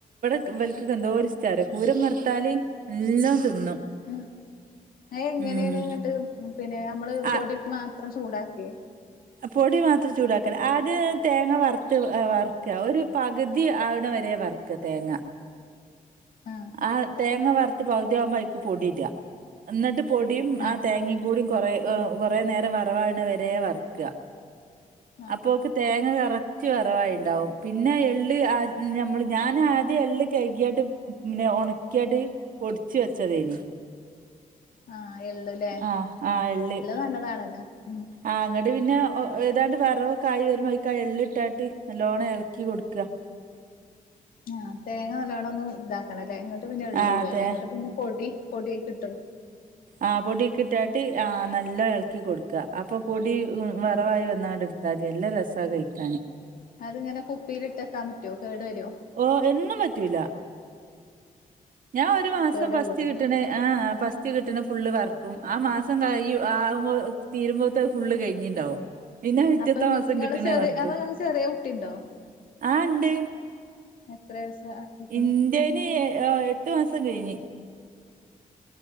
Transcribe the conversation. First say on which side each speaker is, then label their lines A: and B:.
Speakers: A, on the right (about 70°); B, on the left (about 80°).
A: ൻകു, വ്വൽക്കൊക്കെന്തോരിഷ്ടാറിയോ പൂരം വർത്താല് എല്ലാ <inaudible>
B: ആഹ് എങ്ങനെയാണ്
A: ഉം
B: എന്നട്ട് പിന്നെ നമ്മള്
A: ആ
B: പൊടി മാത്രം ചൂടാക്കെ
A: പൊടി മാത്രം ചൂടാക്കല്ല ആദ്യം തേങ്ങ വർത്ത് വർക്ക ഒരു പകുതി അവണ വരെ വർക്ക തേങ്ങ
B: ആഹ്
A: ആ തേങ്ങ വറുത്ത് പകുതിയാവുമ്പോ അയിക്ക് പൊടിടാ ന്നെട്ട് പൊടിയും
B: ആഹ്
A: ആ തേങ്ങയും കൂടി കുറെ കുറെ നേരം വറവാവണ വരെ വർക്ക
B: ആഹ്
A: അപ്പോക്ക് തേങ്ങ കറക്റ്റ് വറവായിണ്ടാവും പിന്നെ എള്ള് ആ നമ്മള് ഞാൻ ആദ്യം എള്ള് കഴ്കിയാട്ട് പിന്നെ ഉണക്കിയാട്ട് പൊടിച് വെച്ചതേനി
B: ആഹ് എള്ളുല്ലേ
A: ആ ആ എള്ള്
B: നല്ലതാണല്ലോ ഉം
A: ആ ങ്ങട് പിന്നെ ഏതാണ്ട് വറവക്കായി വരുമ്പോ അയിക്ക് ആ എള്ള് ഇട്ടാട്ട് നല്ലോണം എളക്കി കൊട്ക്കാ
B: ആ തേങ്ങ നല്ലോണം ഒന്നും ഇതാക്കണല്ലേ ന്നട്ട് പിന്നെ എള്ളുടല്ലേ
A: ആഹ് തേ
B: ന്നട്ട് പിന്നെ പൊടി പൊടി അയ്ക്ക്ട്ടൊ
A: ആ പൊടി അ യ്ക്ക് ട്ടാ ട്ട് ആ നല്ലോ ഇളക്കി കൊടുക്ക അപ്പൊ പൊടി ഉം വറവായി വന്നാണ്ട് ട്ത്താ മതി നല്ല രസാ കയിക്കാന്
B: അതിങ്ങനെ കുപ്പിയില് ട്ടെക്കാൻ പറ്റുവോ കേടു വരോ
A: ഓഹ് എന്നും പറ്റൂല ഞാൻ ഒരു മാസം
B: കേട്
A: ഫസ്റ്റ്
B: വരൂല്ലേ
A: കിട്ട്ണ ആ ഫസ്റ്റ് കിട്ടണ ഫുള്ള് വർക്കും ആ മാസം കഴി ആവുമ്പോ തീരുമ്പോത്തെ ഫുള്ള് കഴിഞ്ഞീണ്ടാവും പിന്നെ പിറ്റത്തമാസം
B: അപ്പൊ നിങ്ങ നിങ്ങള്
A: കിട്ട്ണ
B: ചെറിയ
A: വർക്കും
B: അപ്പൊ നിങ്ങക്ക് ചെറിയ കുട്ടിയുണ്ടോ
A: ആ ഇണ്ട്
B: എത്ര ആയിക്ക്ണ്
A: ഇന്റെന് എട്ടു മാസം കഴിഞ്ഞ്